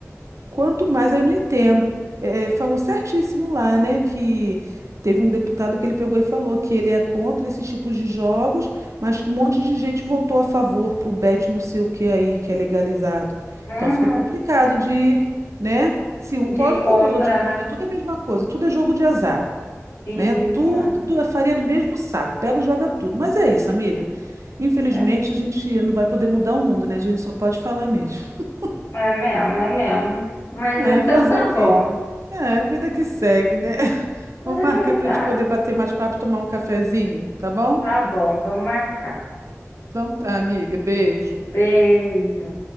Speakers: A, on the right (about 65°); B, on the left (about 55°).
A: Quanto mais aí eu não entendo. É, é, falou certíssimo lá, né? Que teve um deputado que ele pegou e falou que ele é contra esse tipo de jogos, mas que um monte de gente votou a favor pro bet não sei o que aí, que é legalizado.
B: Uhum.
A: Então fica complicado de, né? Se um
B: De
A: pode,
B: ir contra,
A: porque os outros não
B: né?
A: podem. É tudo a mesma coisa, tudo é jogo de azar,
B: Isso
A: né? Tudo
B: mesmo.
A: é farinha do mesmo saco. Pega e joga tudo. Mas é isso, amiga. Infelizmente,
B: É,
A: a gente não vai poder mudar o mundo, né? A gente só pode falar mesmo. <laughs>
B: é mesmo, é mesmo. Mas
A: É,
B: então
A: fazer
B: tá
A: o quê?
B: bom.
A: É, vida que segue, né? <laughs>
B: Mas
A: Vamos
B: é
A: marcar
B: verdade.
A: pra gente poder bater mais papo e tomar um cafezinho, tá bom?
B: Tá bom, vamos marcar.
A: Então tá, amiga. Beijo.
B: Beijo.